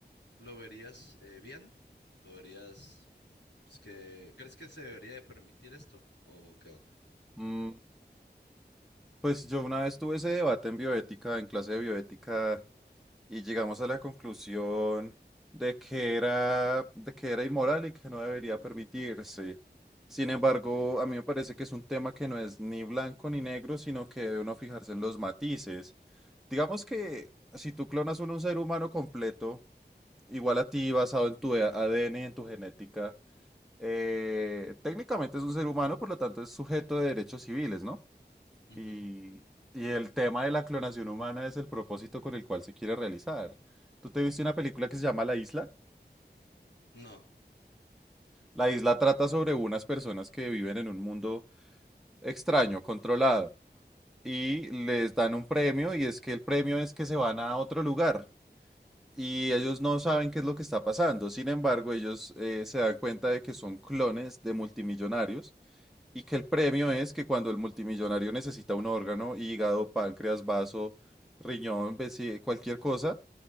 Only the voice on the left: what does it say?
¿lo verías eh, bien? ¿Lo verías, pues, que, crees que se debería de permitir esto? ¿O qué onda?
Ujú.
No,